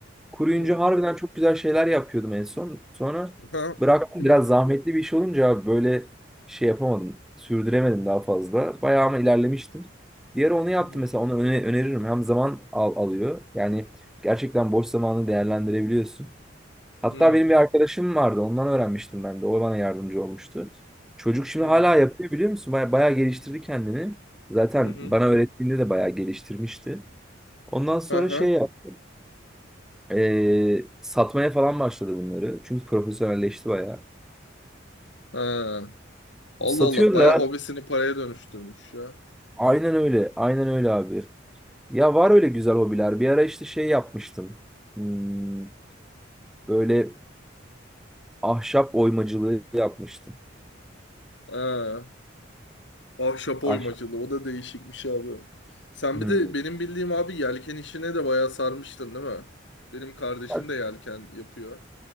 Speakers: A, in the centre; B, on the left.
A: Kuruyunca
B: Hı. Hı.
A: harbiden çok güzel şeyler yapıyordum en son. Sonra
B: Aha.
A: bıraktım.
B: Hı.
A: Biraz zahmetli bir iş olunca abi böyle şey yapamadım. Sürdüremedim daha fazla. Bayağı ama ilerlemiştim. Bir ara onu yaptım
B: Hı hı.
A: mesela. Onu öne- öneririm. Hem zaman al alıyor. Yani gerçekten boş zamanını değerlendirebiliyorsun. Hatta
B: Hı hı.
A: benim bir arkadaşım vardı. Ondan öğrenmiştim ben de. O bana yardımcı olmuştu. Çocuk şimdi
B: Hı
A: hala
B: hı.
A: yapıyor biliyor musun? Baya, bayağı geliştirdi kendini. Zaten
B: Hı hı.
A: bana öğrettiğinde de bayağı geliştirmişti. Ondan sonra
B: Aha.
A: şey yaptı. Ee, satmaya falan başladı bunları. Çünkü profesyonelleşti bayağı.
B: Ha. Allah
A: Satıyor
B: Allah bayağı
A: da
B: hobisini paraya dönüştürmüş ya.
A: aynen öyle. Aynen öyle abi. Ya var öyle güzel hobiler. Bir ara işte şey yapmıştım. Hmm, böyle ahşap oymacılığı yapmıştım.
B: Ha. Ahşap oymacılığı
A: Ahşap.
B: o da değişikmiş abi. Sen
A: Hmm.
B: bir de benim bildiğim abi yelken işine de bayağı sarmıştın değil mi? Benim kardeşim
A: Bak,
B: de yelken yapıyor.